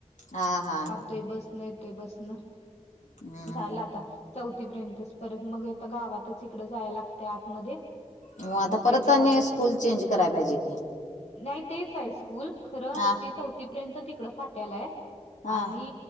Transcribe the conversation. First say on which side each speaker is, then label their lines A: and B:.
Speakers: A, on the left; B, on the left.
A: हां हा
B: ते बसन येते बसन
A: हम्म
B: झालं आता चौथीपर्यंतच परत मग गावातच इकडं जायला लागतंय आतमध्ये
A: मग आता परत
B: काय तेव्हा
A: आणि
B: बस
A: स्कूल
B: नाही
A: चेंज कराय पाहिजे की
B: नाही तेच आहे स्कूल खरं
A: हा
B: ते चौथीपर्यंत तिकडं फाट्याला आहे
A: हा
B: आणि